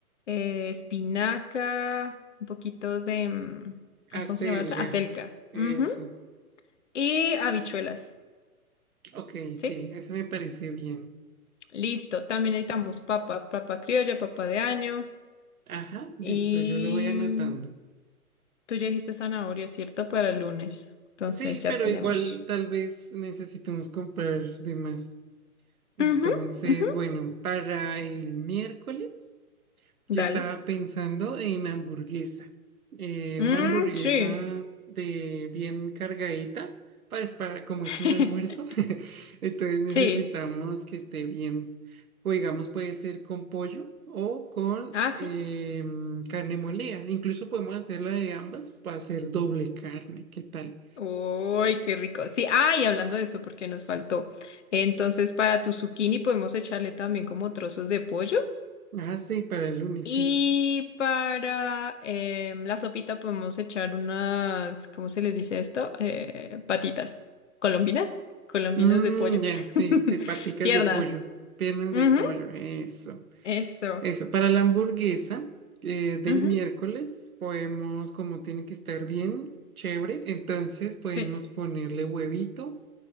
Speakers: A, on the left; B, on the right.
A: eh, espinaca, un poquito de... mm, ay,
B: Acelga.
A: ¿cómo se llama la otra? Acelga.
B: Eso.
A: Ujú. Y habichuelas.
B: Ok,
A: ¿Sí?
B: sí, eso me parece bien.
A: Listo. También necesitamos papa, papa criolla, papa de año.
B: Ajá, listo,
A: Y
B: yo lo voy anotando.
A: tú ya dijiste zanahoria, ¿cierto? Para el lunes. Entonces
B: Sí,
A: ya
B: pero
A: tenemos.
B: igual tal vez necesitamos comprar de más. Entonces,
A: Ujú, ujú.
B: bueno, para el miércoles yo
A: Dale.
B: estaba pensando en hamburguesa. Eh,
A: Mm,
B: una hamburguesa
A: sí.
B: de bien cargadita para, para como
A: <laughs>
B: es un almuerzo. <laughs> Entonces necesitamos
A: Sí.
B: que esté bien. O digamos, puede ser con pollo o con
A: Ah, sí.
B: em, carne molida. Incluso podemos hacerla de ambas para hacer doble carne. ¿Qué tal?
A: Uy, qué rico. Sí, ah, y hablando de eso, porque nos faltó. Entonces, para tu zucchini podemos echarle también como trozos de pollo.
B: Ah, sí, para el lunes,
A: Y
B: sí.
A: para em, la sopita podemos echar unas, ¿cómo se les dice esto? Eh, patitas. ¿Colombinas? Colombinas
B: Mmm,
A: de pollo.
B: ya, sí,
A: <laughs>
B: sí, paticas
A: Piernas.
B: de pollo, piernas
A: Ujú,
B: de pollo, eso.
A: Eso.
B: Eso, para la hamburguesa eh, del
A: Ujú,
B: miércoles podemos, como tiene que estar bien, chévere, entonces podemos
A: Sí.
B: ponerle huevito,